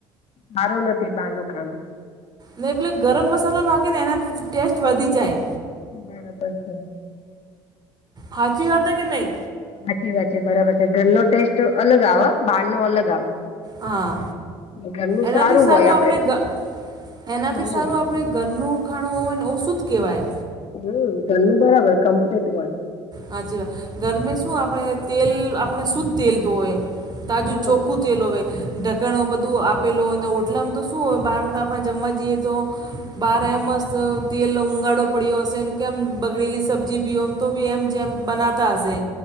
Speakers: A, on the left (about 55°); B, on the right (about 35°).
A: સારું નથી બહાર નુ ખાણું.
B: ને એટલે ગરમ મસાલો નાખે ને એનાથી ટેસ્ટ વધી જાય.
A: બરાબર છે.
B: હાચી વાત હે કે નઈ?
A: સાચી વાત છે બરાબર છે ઘરનો ટેસ્ટ અલગ આવ બહાર નો અલગ આવે
B: હા
A: ઘરનું
B: એનાથી સારું
A: હોય
B: આપણે
A: આપડે
B: ગ એનાથી
A: હમ
B: સારું આપ આપણે ઘરનું ખાણું હોય ને ઓસુ જ કેવાય.
A: હમ્મ ઘરનુ બરાબર કમ્પ્લીટ હોય.
B: હાચીવાત ગરમે શું આપણે તેલ આપણે શુદ્ધ તેલ દ હોય તાજું
A: હમ.
B: ચોખ્ખું ટેલો હોવે ઢકણ બધું આપેલો અને હોટલામાં તો શું હોય બહારમાં તો આપણે જમવા જઈએ તો બહાર એમસ તેલ ઊગાડો પડ્યો હશેને કેમ બગડેલી સબ્જી બી ઓમ તો બી એમ જેમ બનાવતા હશે